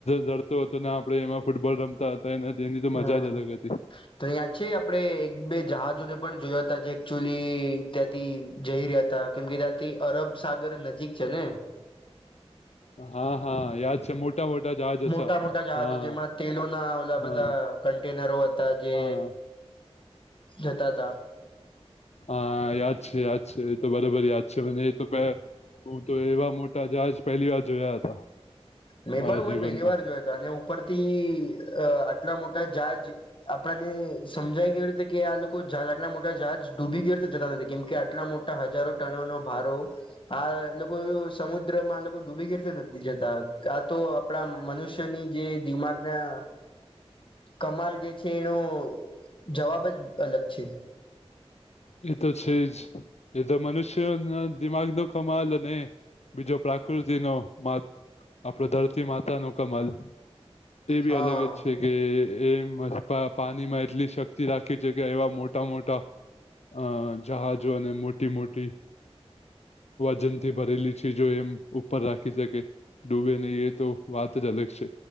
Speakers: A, on the left; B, on the left.
A: ડતો હતો ને આપડે એમાં ફૂટબોલ રમતા હતા તો એને તેની તો
B: હમ
A: મજા જ અલગ હતી.
B: તો અયા યાદ છે આપડે એક બે જહાજોને પણ જોયા તા જે એકચુઅલી ત્યાંથી જઈ રહ્યા હતા કેમ કે ત્યાથી અરબ સાગર નજીક છે ને
A: હા હા યાદ છે મોટી ઇતના વડા જહાજ હતા
B: મોટા મોટા જહાજો
A: હા
B: જેમાં તેલોના ઓલા
A: હા
B: બધા કન્ટેનરો હતા જે
A: હા
B: જતા તા
A: હા યાદ છે યાદ છે એ તો બરાબર યાદ છે મને એ તો પ હું તો એવા મોટા જહાજ પહેલી વાર જોયા હતા.
B: મે
A: મારા
B: પણ
A: જીવનમાં
B: પહેલી વાર જોયા તા અને ઉપરથી અ એટલા મોટા જહાજ આપણાને સમજાઈ કેવી રીતે કે આ લોકો જહા આટલા મોટા જહાજ ડૂબી કેવી રીતે જતા નથી કેમ કે આટલા મોટા હજારો ટનો નો ભારો આ લોકો સમુદ્રમાં ડૂબી <unintelligible> તો નથી જતા આ તો આપણા મનુષ્યની જે દિમાગના કમાલ જે છે એનો જવાબ જ અલગ છે.
A: એ તો છે જ એ તો મનુષ્યના દિમાગનો કમાલ અને બીજો પ્રકૃતિનો મા આપડો ધરતી માતાનું કમાલ. તે બી
B: હા
A: અલગ જ છે. કે એ પાણીમાં એટલી શક્તિ રાખે છે કે એવા મોટા મોટા અ જહાજો અને મોટી મોટી વજન થી ભરેલી ચીજ એમ ઉપર રાખી શકે. ડૂબે નહી એ તો વાત જ અલગ છે.